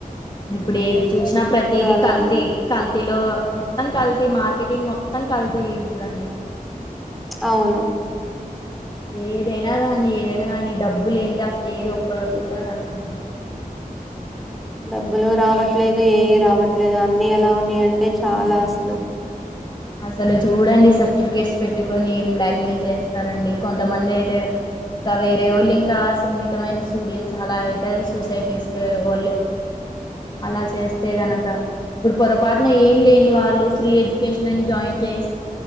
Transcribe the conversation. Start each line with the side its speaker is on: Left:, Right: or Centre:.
Left: ఇప్పుడు ఏది చూసినా ప్రతిది
Centre: అలా
Left: కల్తీ
Centre: ఉన్నాయి.
Left: కల్తీలో మొత్తం కల్తీ, మార్కెటింగ్ మొ త్తం కల్తీ ఇప్పుడుడండి
Centre: అవును
Left: ఏదైనా కానీ ఏదైనా కానీ డబ్బు లేంది అసలు ఏది ఒక్కటి కూడా రాదండి.
Centre: డబ్బులు రావట్లేదు ఏయి రావట్లేదు అన్నీ ఎలా ఉన్నాయంటే చాలా అసలు.
Left: అసలు చూడండి సర్టిఫికెట్స్ పెట్టుకొని బ్లాక్ మెయిల్ చేస్తారండి. కొంతమంది అయితే ఇంకా వేరే వోళ్ళు ఇంకా సున్నితమైన స్టూడెంట్స్ అలా అయితే సూసైడ్ చేసుకొ వాళ్ళే అలా సేస్తే గన. ఇప్పుడు పొరపా నా ఏం లేని వాళ్ళు ఫ్రీ ఎడ్యుకే నన్ని జాయిన్ చేస్